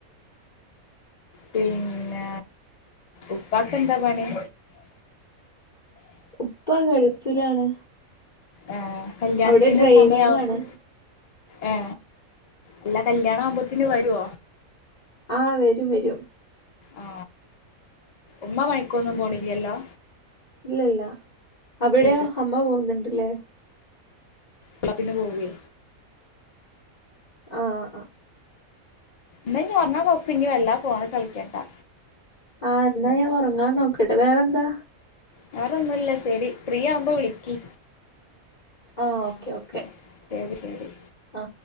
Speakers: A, on the left; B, on the left.
A: പിന്നെ ഉപ്പാക്കെന്താ പണി
B: ഉപ്പാ ഗൾഫിലാണ്
A: ആ കല്യാണത്തിന്
B: അവിടെ ഡ്രൈവിംഗാണ്
A: സമയാവുമ്പോ ഏ അല്ലാ കല്യാണാവുമ്പോത്തിന് വരോ
B: ആ വരും വരും
A: ആ ഉമ്മ പണിക്കോന്നും പോണില്ലല്ലോ
B: ഇല്ലല്ല അവിടോ
A: വീട്ട്
B: അമ്മ പോകുന്നുണ്ടല്ലേ
A: വള <unintelligible> ത്തിന് പോവേ
B: ആഹ് ആഹ്
A: ന്നാ ഇഞ് ഒറ്ങ്ങാനോക്കി ഞ് വെല്ലാ ഫോണി കളിക്കണ്ടാ
B: ആ ന്നാ ഞാൻ ഒറ്ങ്ങാൻ നോക്കട്ടെ വേറെന്താ
A: വേറോന്നുല്ല ശെരി ഫ്രീ ആവുമ്പോ വിളിക്കി
B: ആ
A: ആഹ്
B: ഓക്കെ ഓക്കെ
A: ശരി ശരി ശരി
B: ആ